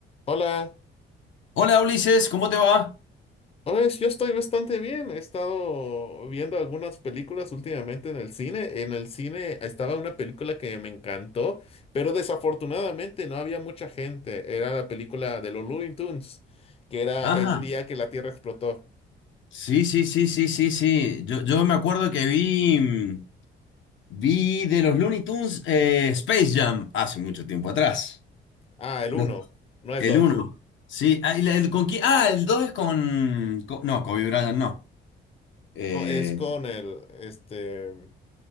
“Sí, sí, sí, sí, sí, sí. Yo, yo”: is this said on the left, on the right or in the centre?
Left